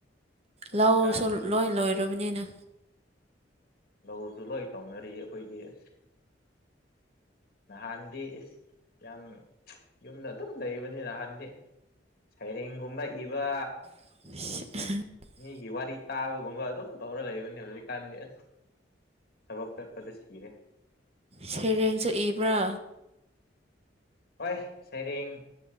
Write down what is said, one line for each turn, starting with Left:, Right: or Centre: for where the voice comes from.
Left: ꯍꯧꯖꯤꯛꯀꯥꯟꯗꯤ
Right: ꯂꯧꯁꯨ ꯂꯣꯏ ꯂꯣꯏꯔꯕꯅꯤꯅ
Left: ꯂꯧꯁꯨ ꯂꯣꯏ ꯇꯧꯅꯔꯤ ꯑꯩꯈꯣꯏꯗꯤ ꯑꯁ ꯅꯍꯥꯟꯗꯤ ꯏꯁ ꯌꯥꯝ ꯌꯨꯝꯗ ꯑꯗꯨꯝ ꯂꯩꯕꯅꯤ ꯅꯍꯥꯟꯗꯤ ꯁꯩꯔꯦꯡꯒꯨꯝꯕ ꯏꯕ
Right: <unintelligible>
Left: ꯃꯤꯒꯤ ꯋꯥꯔꯤ ꯇꯥꯕꯒꯨꯝꯕ ꯑꯗꯨꯝ ꯇꯧꯔ ꯂꯩꯕꯅꯤ ꯍꯧꯖꯤꯛꯀꯥꯟꯗꯤ ꯑꯁ ꯊꯕꯛ ꯆꯠꯄꯗ ꯁꯤꯔꯦ
Right: ꯁꯩꯔꯦꯡꯁꯨ ꯏꯕ꯭ꯔꯥ
Left: ꯍꯣꯏ ꯁꯩꯔꯦꯡ